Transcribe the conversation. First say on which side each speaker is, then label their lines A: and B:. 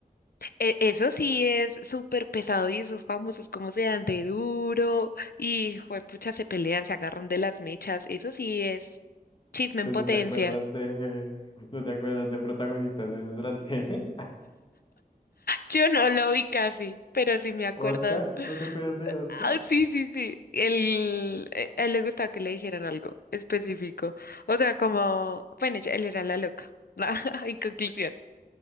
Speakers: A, on the left; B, on the left.
A: e- eso sí es súper pesado y esos famosos como se dan de duro y juepucha se pelean, se agarran de las mechas, eso sí es chisme
B: Pues
A: en potencia.
B: no te acuerdas de, no te acuerdas de protagonistas de nuestra tele. <laughs>
A: Yo no lo vi casi, pero sí me acuerdo.
B: Oscar, ¿no te acuerdas de Oscar?
A: Ah, sí, sí, sí. Él, eh, a él le gustaba que le dijeran algo específico. O sea, como, bueno, ya- él era la loca. <laughs> En conclusión.